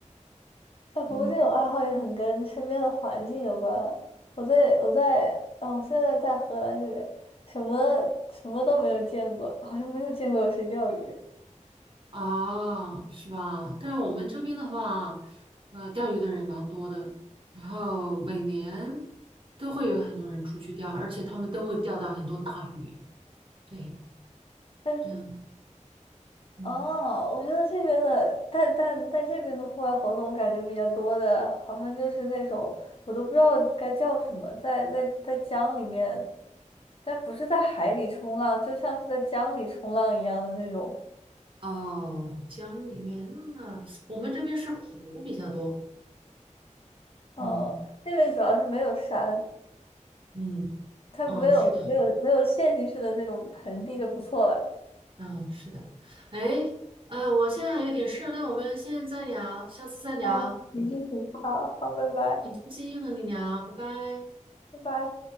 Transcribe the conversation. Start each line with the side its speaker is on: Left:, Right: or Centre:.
Left: 哎，不过这种爱好也很跟身边的环境有关了。
Right: 嗯
Left: 我在我在，嗯，我现在在荷兰这边，什么什么都没有见过，好像没有见过有谁钓鱼。
Right: 啊是吧？但是我们这边的话，呃，钓鱼的人蛮多的，然后每年都会有很多人出去钓，而且他们都会钓到很多大鱼，对，
Left: 但
Right: 是这样，嗯。
Left: 哦，我觉得这边的，但但但这边的户外活动，我感觉比较多的，好像就是那种我都不知道该叫什么，在在在江里面，但不是在海里冲浪，就像是在江里冲浪一样的那种。
Right: 哦，江里面那我们这边是湖比较多，
Left: 哦，
Right: 嗯
Left: 那边主要是没有山，
Right: 嗯，
Left: 他没有没有没有陷进去的那种盆地就不错了。
Right: 哦，是的，嗯是的，哎，呃，我现在还有点事，那我们现在再聊，下次再聊，
Left: 嗯，已经很好好，拜拜，
Right: 很开心和你聊，拜拜。
Left: 拜拜。